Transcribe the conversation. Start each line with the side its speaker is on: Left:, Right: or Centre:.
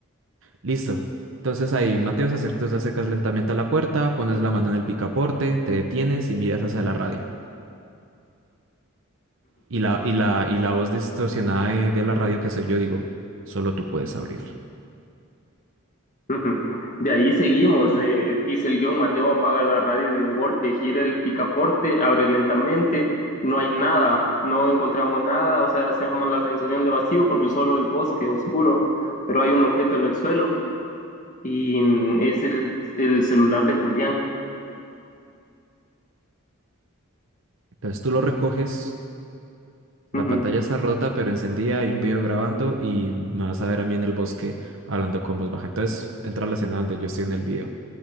Right: Listo. Entonces ahí, Mateo, se acer- tú te acercas lentamente a la puerta, pones la mano en el picaporte, te detienes y miras hacia la radio. Y la, y la, y la voz distorsionada de, de la radio que soy yo, digo, solo tú puedes abrir.
Left: Ujú. De ahí seguimos, eh, dice el guión, Mateo apaga la radio de un golpe, gira el picaporte, abre lentamente, no hay nada, no encontramos nada, o sea, hacemos la sensación de vacío porque solo el bosque oscuro, pero hay un objeto en el suelo y mm, es el, el celular de Julián.
Right: Entonces tú lo recoges La
Left: Ujú,
Right: pantalla está rota, pero encendida, hay un video grabando y me vas a ver a mí en el bosque hablando con voz baja. Entonces entra a la escena donde yo estoy en el video.